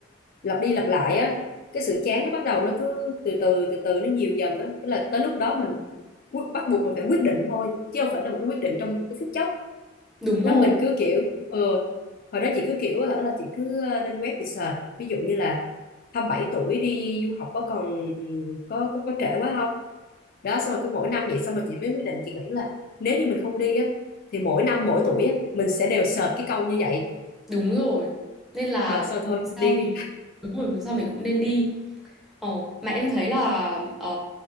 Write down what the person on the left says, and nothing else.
lặp đi lặp lại á cái sự chán nó bắt đầu nó cứ từ từ từ từ nó nhiều dần á cái là tới lúc đó mình quyết- bắt buộc mình phải quyết định thôi chứ không phải là một cái quyết định trong một cái phút chốc
đó mình cứ kiểu ờ hồi đó chị cứ kiểu hả là chị cứ ờ, lên web chị search ví dụ như là 27 tuổi đi du học có còn có có có trễ quá không đó xong rồi cứ mỗi năm vậy xong rồi chị mới quyết định chị nghĩ là nếu như mình không đi á thì mỗi năm mỗi tuổi á mình sẽ đều sệt cái câu như vậy
Ờ, xong rồi thôi
đi